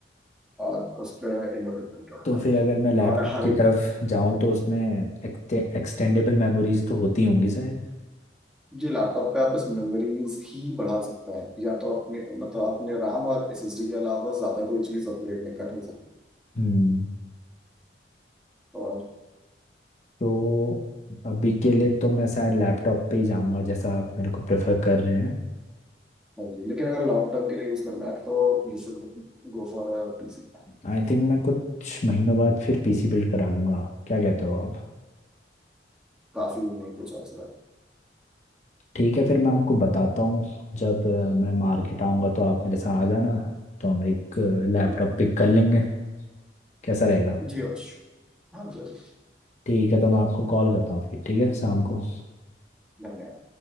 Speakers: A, in the centre; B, on the left (about 40°).
A: और उसमें इंडिपेंडेंट होता
B: तो फिर अगर
A: है
B: मैं लैपटॉप
A: और हर
B: की
A: एक
B: तरफ जाऊं तो उसमें एक्सटेंडेबल मेमोरीज तो होती होंगी शायद
A: जी लैपटॉप पे आप बस मेमोरीज ही बढ़ा सकते हैं या तो अपने मतलब अपने RAM और SSD के अलावा ज्यादा कोई चीज अपग्रेड नहीं कर नहीं सकते
B: हम्म
A: और
B: तो अभी के लिए तो मैं शायद लैपटॉप पे ही जाऊंगा जैसा आप मेरे को प्रेफर कर रहे हैं
A: हाँ जी लेकिन अगर लॉन्ग टर्म के लिए यूज करना है तो you should go for a PC
B: आई थिंक मैं कुछ महीनों बाद फिर पीसी बिल्ड करा लूंगा क्या कहते हो आप
A: काफी यूनिक टू चॉइस
B: ठीक है फिर मैं आपको बताता हूँ जब अ, मैं मार्केट आऊँगा तो आप मेरे साथ आ जाना तो हम एक लैपटॉप
A: धन्यवाद
B: पिक कर लेंगे कैसा रहेगा
A: जी यश हाँ जरूर
B: ठीक है तो मैं आपको कॉल करता हूँ फिर ठीक है शाम को
A: धन्यवाद